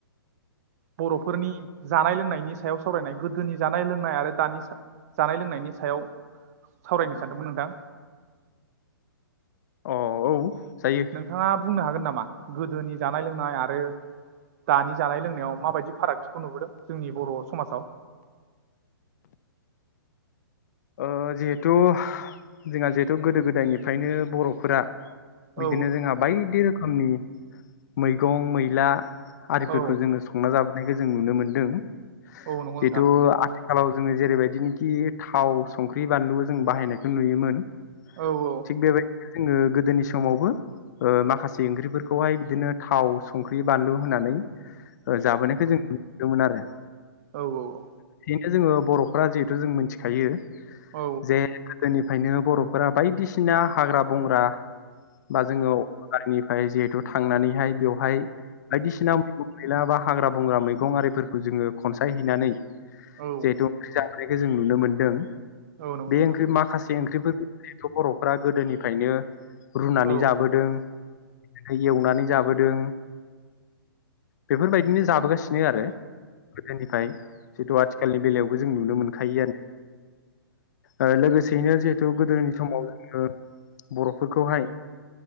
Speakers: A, on the right (about 40°); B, on the left (about 50°).
A: बर'फोरनि जानाय लोंनाय। नि सायाव सावरायनाय गोदोनि जानाय लोंनाय आरो दानि जानाय लोंनायनि सायाव सावरायनो सानदोंमोन नोंथां।
B: अ औ जायो
A: नोंथाङा बुंनो हागोन नामा गोदोनि जानाय लोंनाय <unintelligible> दानि जानाय लोंनायाव माबायदि फारागथिखौ नुबोदों जोंनि बर' समाजाव
B: ओ जिहेथु जोंहा जिहेथु गोदो गोदायनिफ्रायनो बर'फोरा
A: औ
B: बिदिनो जोंहा बायदि रोखो खोमनि मैगं मैला आरिफोरखौ
A: औ
B: जोङो संना जाबो नायखौ जों नुनो मोन्दों। जिहेथु
A: औ नंगौ नोंथां
B: आ थिखालाव जोङो जेरैबायदिनोखि थाव संख्रि बानलु जों बाहायनायखौ नुयोमोन।
A: औ औ।
B: थिग बेबायदिनो जोङो गोदोनि समावबो ओ माखासे ओंख्रिफोरखौहाय बिदिनो थाव संख्रि बानलु होनानै ओ जाबोनायखौ जों नुदोंमोन आरो।
A: औ औ औ।
B: जे जोङो बर'फ्रा जिहेतु जों मोनथिखायो।
A: औ
B: जे गोदोनि फ्रायनो बर'फोरा बायदिसिना हाग्रा बंग्रा बा जोङो अरनबारिनि आमफ्राय जिहेतु थांनानैहाय बेयाव हाय बायदिसिना मैगं गैला बा हाग्रा बंग्रा मैगंआरिफोरखौ जोङो खनसायहैनानै
A: औ
B: जेहेथु ओंख्रि जा जानायखौ जों नुनो मोनदों।
A: औ औ नंगौ
B: बे
A: नोंथां
B: ओंख्रि माखासे बे ओंख्रिफरखौ <unintelligible> बर'फ्रा गोदोनिफ्रायनो रुनानै
A: औ
B: जाबोदों। बिदिनो एवनानै जाबोदों। बेफोरबायदिनो जाबोगासि नो आरो गोदोनिफ्राय जिहेथु आथिखालनि बेलायाव बो जों नुनो मोनखायोआनो। ओ लोगोसेयैनो जिहेथु गोदोनि समाव ओ बर'फोरखौहाय